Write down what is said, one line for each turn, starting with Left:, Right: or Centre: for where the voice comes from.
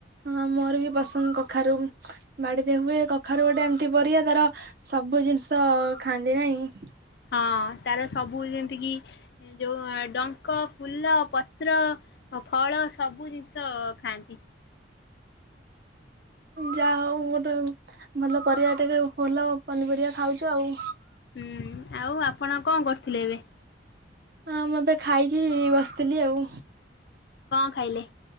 Right: ହଁ ମୋର ବି ପସନ୍ଦ୍ କଖାରୁ। ବାଡିରେ ହୁଏ କଖାରୁ ଗୋଟେ ଏମିତି ପରିବା ତାର ସବୁ ଜିନିଷ ଖାଆନ୍ତି ନାଇଁ?
Left: ହଁ ତାର ସବୁ ଯେମିତିକି ଯଉ ଡଙ୍କ ଫୁଲ ପତ୍ର ଫଳ ସବୁ ଜିନିଷ ଖାଆନ୍ତି।
Right: ଯାହା ହଉ <unintelligible> ଭଲ ପରିବା ଟିକେ ଭଲ ପନିପରିବା ଖାଉଚ ଆଉ।
Left: ଉଁ ଆଉ ଆପଣ କଣ କରୁଥିଲେ ଏବେ?
Right: ହଁ ମୁଁ ଏବେ ଖାଇକି ବସିଥିଲି ଆଉ।
Left: କଁ ଖାଇଲେ?